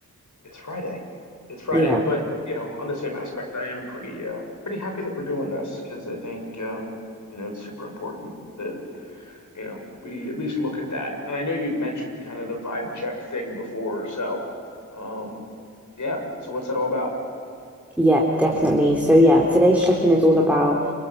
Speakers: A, on the left (about 65°); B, in the centre.
A: it's Friday. It's Friday,
B: Yeah,
A: but you know, on the same aspect, I am pretty uh pretty happy that we're doing this because I think um, you know, it's super important that, you know, we at least look at that. And I know you'd mentioned kind of the vibe check thing before, so um yeah. So what's that all about?
B: yeah, definitely. So yeah, today's check-in is all about